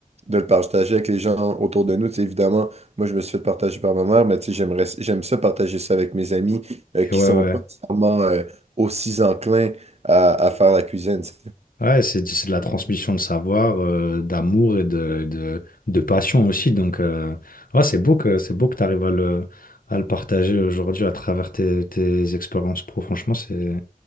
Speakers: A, on the right (about 45°); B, on the left (about 70°).
A: de le partager avec les gens autour de nous. Tu sais, évidemment, moi, je me suis fait partager par ma mère, mais tu sais, j'aimerais, j'aime ça partager ça avec mes amis euh,
B: Et
A: qui
B: ouais,
A: sont
B: ouais.
A: pas nécessairement euh, aussi enclins à, à faire la cuisine. tu
B: Ouais, c'est c'est de la transmission de savoir, euh, d'amour et de, de, de passion aussi. Donc, euh, ouais, c'est beau que, c'est beau que tu arrives à le, à le partager aujourd'hui à travers tes, tes expériences pro. Franchement, c'est,